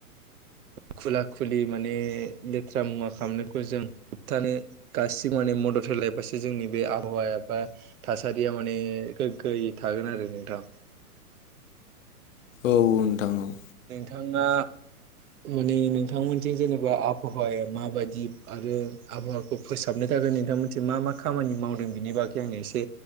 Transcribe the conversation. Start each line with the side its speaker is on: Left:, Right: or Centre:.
Right: खुला खुलि माने लेथ्रा मुवा खालामनायखौ जों होबथानो गासिबो माने मदद होलायबासो जोंनि बे आबहावाया बा थासारिया माने गोग्गो थागोन आरो नोंथां।
Left: औ नोंथां औ।
Right: थांआ। माने नोंथांमोनजों जेनेबा आबहावाया माबायदि आरो आबहावाखौ फोसाबनो जागोन नोंथां मोनसे मा मा खामानि मावदों बेनि बागै आंनो एसे